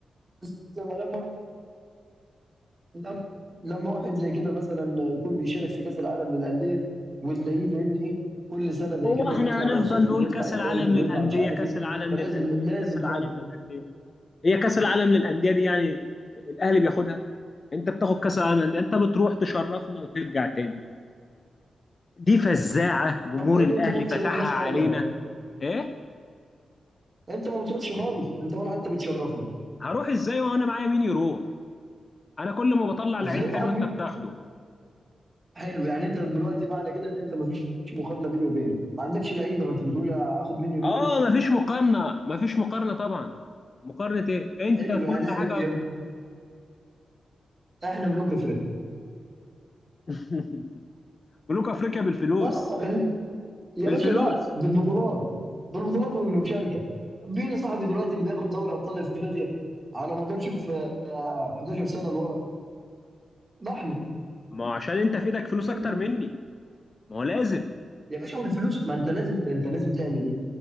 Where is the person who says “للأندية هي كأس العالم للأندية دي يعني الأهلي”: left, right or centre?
Left